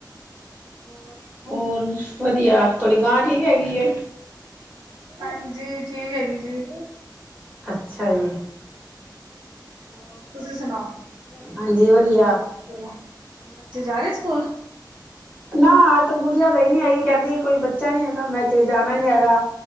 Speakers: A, on the right; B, on the right.
A: ਹੋਰ
B: ਹੋਰ, ਵਧੀਆ, ਤੁਹਾਡੀ ਗਾਂ ਠੀਕ ਹੈਗੀ।
A: ਹਾਂਜੀ। ਠੀਕ ਹੈਗੀ ਜੀ।
B: ਅੱਛਾ ਜੀ।
A: ਹੋਰ, ਤੁਸੀਂ ਸੁਣਾਓ, ਵਧੀਆ,
B: ਹਾਂਜੀ ਵਧੀਆ
A: ਹੋਰ ਦੱਸੋ ਹੋਰ ਬੱਚੇ ਜਾ ਰ ਸਕੂਲ?
B: ਨਾ, ਅੱਜ ਤਾਂ ਗੁੜੀਆਂ ਗਈ ਨੀ ਹੈਗੀ ਕਹਿੰਦੀ ਕੋਈ ਬੱਚਾ ਨੀ ਹੈਗਾ, ਮੈਂ ਅਜੇ ਜਾਣਾ ਨੀ ਹੈਗਾ।